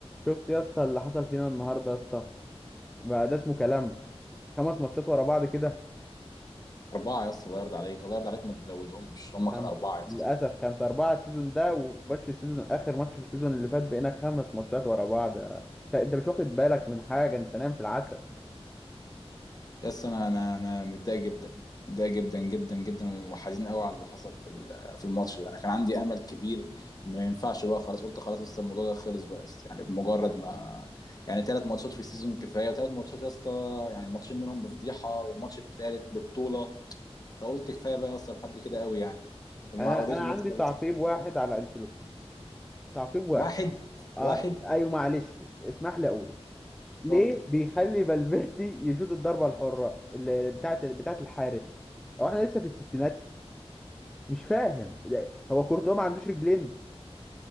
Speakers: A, in the centre; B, on the left.
A: شفت يا اسطى اللي حصل فينا النهارده يا اسطى بقى ده اسمه كلام خمس ماتشات ورا بعض كده
B: أربعة يا اسطى الله يرضى عليك الله يرضى عليك ما تزودهمش هم
A: خمس
B: كانوا أربعة يا
A: للاسف
B: اسطى
A: خمسة أربعة السيزون ده وماتش السيزون آخر ماتش في السيزون اللي فات بقينا خمس ماتشات ورا بعض أنت أنت مش واخد بالك من حاجة أنت نايم في العسل
B: يا اسطى أنا أنا أنا متضايق جدا متضايق جدا جدا جدا وحزين قوي على اللي حصل في ال- في الماتش ده أنا كان عندي أمل كبير إن ما ينفعش بقى خلاص قلت خلاص يا اسطى الموضوع ده خلص بقى يا اسطى يعني بمجرد ما يعني ثلاث ماتشات في السيزون كفاية وثلاث ماتشات يا اسطى يعني ماتشين منهم بفضيحة وماتش التالت ببطولة فقلت كفاية بقى يا اسطى لحد كده قوي يعني ومع
A: أنا
B: وليتهم
A: أنا عندي
B: يا اسطى
A: تعقيب واحد على أنشيلوتي تعقيب واحد
B: واحد
A: آه
B: واحد
A: أيوه معلش اسمح لي أقول ليه
B: اتفضل
A: بيخلي فالفيردي يشوط الضربة الحرة اللي بتاعت بتاعت الحارس هو احنا لسه في الستينات مش فاهم ده- هو كورتوا ما عندوش رجلين